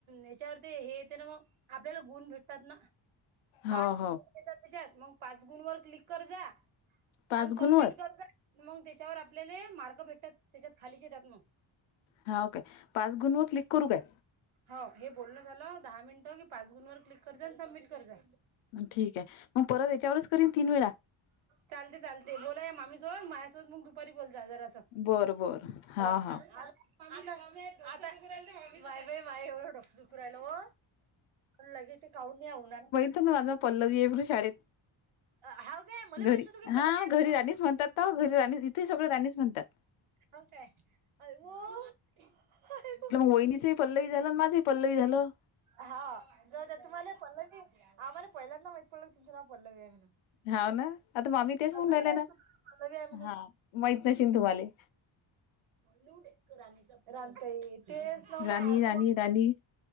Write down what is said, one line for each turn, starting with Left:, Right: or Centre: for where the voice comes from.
Right: याच्यावरती हे येते ना मग. आपल्याला गुण भेटतात ना. पाच
Left: हो हो
Right: गुण येतात त्याच्यात, मग पाच गुण वर क्लिक कर जा.
Left: पाच
Right: अन् सबमिट
Left: गुणवर
Right: कर जा. मग त्याच्यावर आपल्याले मार्क भेटतात. त्याच्यात खालीच येत्यात मग.
Left: हाव काय? पाच गुणवर क्लिक करू काय?
Right: हो. हे बोलणं झालं, दहा मिनटं की, पाच गुणवर क्लिक कर‌ जा. अन् सबमिट कर जा.
Left: अन् ठीकय. मग परत याच्यावरच करीन तीन वेळा.
Right: चालते- चालते. बोला या मामीसोबत. माझ्यासोबत मग दुपारी बोलचा जरासं.
Left: बरं बरं हाव
Right: अ आता,
Left: हाव
Right: आता. नाही बाई, माह्या एवढं. डोस्कं दुखू राहिलं ओ. पण लगे ते काऊन या ऊनानं.
Left: न माज पल्लवी ए मनून शाळेत.
Right: अ हाव काय? मला
Left: घरी,
Right: माहित नव्हतं की
Left: हा
Right: पल्लवी
Left: घरी
Right: आहे म्हणून.
Left: राणीच म्हणतात. तर घरी राणी, इथेही सगळं राणीच म्हणतात.
Right: हो काय? अय्यो! अय्यो!
Left: वहीणीचंही पल्लवी झालं आणि माझंही पल्लवी झालं
Right: हा. जाऊ द्या, तुम्हाला पल्लवी आम्हाला पहिल्यांदा माहित पडलं, तुमचं नाव पल्लवीय म्हणून.
Left: हाव, ना. आता मामी तेच म्हणून
Right: अजूनही
Left: राहिल्या
Right: माहित
Left: ना.
Right: नव्हतं पल्लवी आहे
Left: हा, माहीत नशीन तुम्हाले.
Right: येऊ दे, रानीचा. रानताई, तेच ना.
Left: राणी
Right: माया
Left: राणी
Right: फोन
Left: राणी